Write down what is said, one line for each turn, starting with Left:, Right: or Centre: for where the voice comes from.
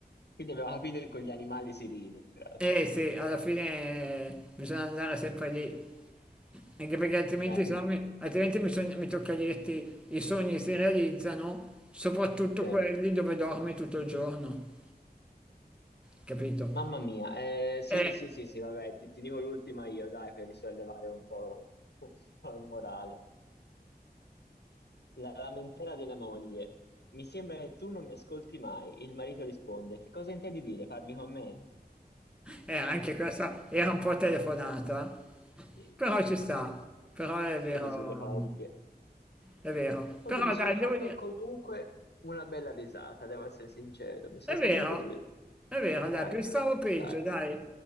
Left: Quindi abbiamo capito che con gli animali si ride, in pratica.
Centre: Eh sì, alla fine eh, bisogna andare sempre lì. Anche perché altrimenti,
Left: Dai, ti-
Centre: se no mi, altrimenti mi, sogn- mi tocca dirti i sogni si realizzano, soprattutto
Left: eh,
Centre: quelli dove dormi tutto il giorno, capito?
Left: Mamma mia, eh, sì,
Centre: Eh,
Left: sì, sì, sì, vabbè, ti, ti dico l'ultima io, dai, per risollevare un po', un po' il morale. La lamentela della moglie. Mi sembra che tu non mi ascolti mai. Il marito risponde, che cosa intendi dire? Parli con me?
Centre: Eh, anche questa era un po' telefonata,
Left: Sì,
Centre: però
Left: sì,
Centre: ci sta,
Left: sì, sì.
Centre: però è vero,
Left: Quelli sulle coppie.
Centre: è vero,
Left: Oddio,
Centre: però
Left: mi sono
Centre: dai,
Left: fatto
Centre: devo dire,
Left: comunque una bella risata, devo essere sincero. Mi sono
Centre: è vero,
Left: comunque divertito.
Centre: è vero,
Left: Dai,
Centre: dai, pensavo peggio,
Left: dai.
Centre: dai,